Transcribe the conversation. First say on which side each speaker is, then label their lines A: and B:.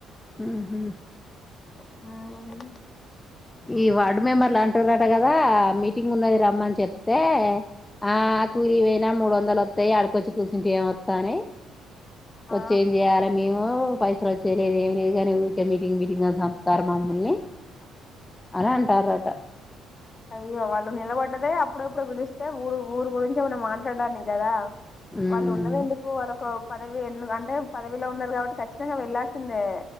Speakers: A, on the left; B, on the left.
A: ఊహూ
B: ఆ మ్
A: ఈ వార్డు మెంబర్ లాంటూంట కదా మీటింగ్ ఉన్నది రమ్మ అని చెప్తే ఆ కూలీ పోయినా మూడు వందలు వస్తాయి ఆడుకోచ్చు ప్రూజెంట్య మత్తానే
B: ఆ
A: వచ్చి ఎం చేయాలి అం అ పైసల్ వచ్చేలేదు గాని ఉరికే మీటింగ్ మీటింగ్ అని చంపుతారు ముల్లే అని అంటారట
B: అయ్యో వాళ్ళు నిలబడ్డదే అప్పుడప్పుడు పిలిస్తే, ఊరు ఊరి గురించి ఏమన్నా మాట్లాడాన్నికి కదా
A: ఉమ్,
B: వాళ్ళు ఉన్నది ఎందుకు వాళ్ళకు పదవి ఎ అంటే పదవిలో ఉన్నారు కాబట్టి ఖచ్చితంగా వెళ్లాల్సిందే